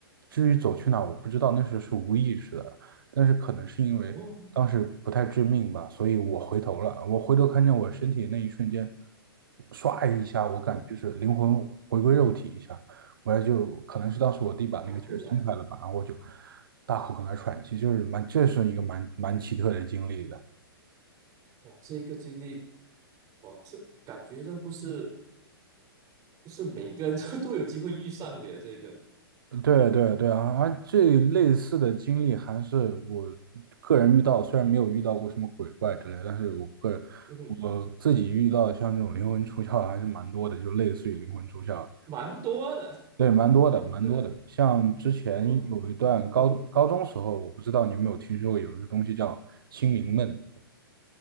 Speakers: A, on the right; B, on the right.
A: 至于走去哪儿我不知道，那时候是无意识的，但是可能是因为当时不太致命吧，
B: 哦，
A: 所以我回头了，我回头看见我身体那一瞬间，唰一下，我感觉就是灵魂回归肉体一下，
B: 啊，
A: 我就可能是当时我弟把那个劲儿松开了吧，
B: 妈呀，
A: 然后我就大口跟那喘气，就是蛮这是一个蛮蛮奇特的经历的。
B: 哇，这个经历，哇，这感觉上不是不是每个人都 <laughs> 都有机会遇上的呀，这个，
A: 对对对啊，啊这类似的经历还是我个人遇到，虽然没有遇到过什么鬼怪之类的但是我个人
B: 嗯哼，
A: 我自己遇到像这种灵魂出窍还是蛮多的，就类似于灵魂出窍，
B: 蛮多的，
A: 对，
B: 哎，
A: 蛮多的，
B: 不过呃，
A: 蛮多的。像之前有一段高高中时候，
B: 我，嗯哼，
A: 我不知道你有没有听说过有一个东西叫清明梦，